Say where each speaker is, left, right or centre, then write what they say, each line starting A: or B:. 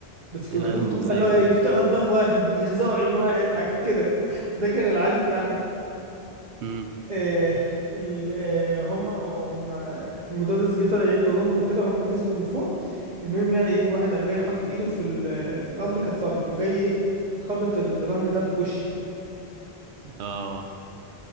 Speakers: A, on the right; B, on the right.
A: بس كانوا
B: ايه العيال
A: بيقعدوا
B: المؤذية
A: في طوب بقى اللي هو إيه،
B: دي
A: يفتحوا دماغ واحد يغزوا عين واحد حاجات كده ده كان العادي بتاعنا
B: امم
A: آه ال- آه، هما هما المدرس جه طلع يجري وراهم وكده هما نزلوا من فوق المهم يعني ايه واحد قام جاي حاطط ايده في ال- الارض كانت رمل قام جاي ايه خبط الرمل ده في وشي
B: اه